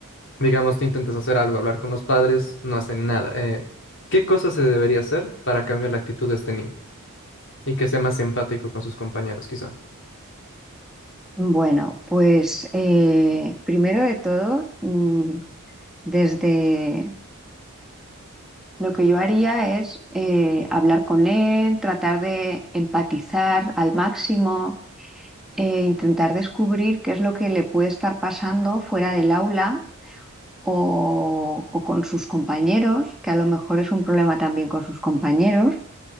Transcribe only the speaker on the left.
digamos, tú intentas hacer algo, hablar con los padres, no hacen nada. Eh, ¿qué cosa se debería hacer para cambiar la actitud de este niño y que sea más empático con sus compañeros, quizá?